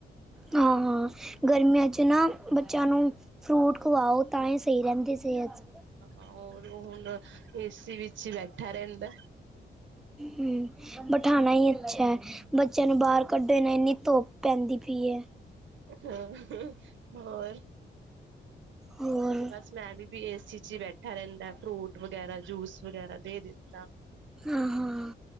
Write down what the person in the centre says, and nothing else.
ਹਾਂ- ਹਾਂ ਗਰਮੀਆਂ ਚ ਨਾ ਬੱਚਿਆਂ ਨੂੰ ਫਰੂਟ ਖਵਾਓ, ਤਾਂ ਹੀ ਸਹੀ ਰਹਿੰਦੀ ਸਿਹਤ।
ਹਮ। ਬਿਠਾਣਾ ਹੀ ਅੱਛਾ ਹੈ, ਬੱਚਿਆਂ ਨੂੰ ਬਾਹਰ ਕੱਢੇ ਨਾਲ ਇੰਨੀ ਧੋੱਪ ਪੈਂਦੀ ਪਈ ਹੈ।
ਹੋਰ
ਹਾਂ- ਹਾਂ